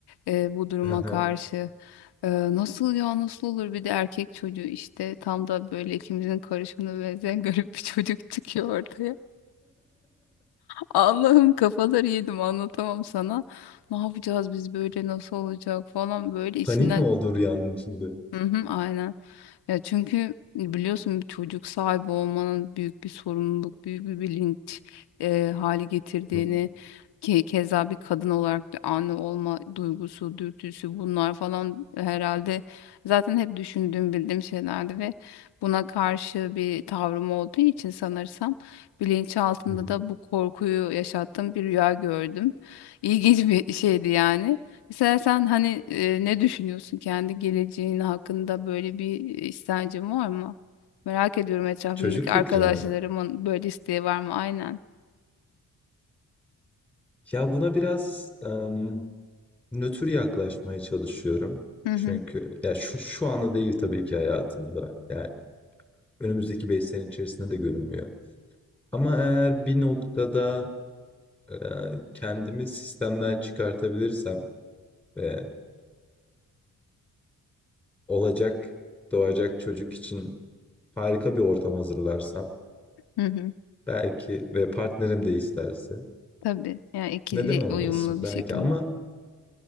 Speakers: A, on the left (about 80°); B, in the centre.
A: e, bu duruma
B: <laughs>
A: karşı. E, nasıl ya nasıl olur bir de erkek çocuğu işte tam da böyle ikimizin karışımına benzeyen <laughs> garip bir çocuk çıkıyor ortaya. Allah'ım kafaları yedim anlatamam sana. Ne yapacağız biz böyle nasıl olacak falan böyle içinden
B: Panik mi oldu rüyanın içinde?
A: Hı hı, aynen. Ya çünkü biliyorsun bir çocuk sahibi olmanın büyük bir sorumluluk, büyük bir bilinç e, hali getirdiğini
B: Hı.
A: ki keza bir kadın olarak bir anne olma duygusu, dürtüsü bunlar falan herhalde zaten hep düşündüğüm, bildiğim şeylerdi ve buna karşı bir tavrım olduğu için sanırsam bilinçaltında
B: Hı hı.
A: da bu korkuyu yaşattığım bir rüya gördüm. İlginç bir şeydi yani. Mesela sen hani e, ne düşünüyorsun kendi geleceğin hakkında böyle bir istencin var mı? Merak ediyorum etrafımdaki
B: Çocuk fikri
A: arkadaşlarımın
B: mi?
A: böyle isteği var mı? Aynen.
B: Ya buna biraz, emm, nötr yaklaşmaya çalışıyorum.
A: Hı
B: Çünkü
A: hı.
B: ya şu şu anda değil tabii ki hayatımda. Yani önümüzdeki 5 sene içerisinde de görünmüyor. Ama eğer bir noktada, eee, kendimi sistemden çıkartabilirsem ve, olacak, doğacak çocuk için harika bir ortam hazırlarsam
A: Hı hı.
B: belki ve partnerim de isterse
A: Tabii. Yani ikili
B: neden olmasın
A: uyumlu bir
B: belki
A: şekilde.
B: ama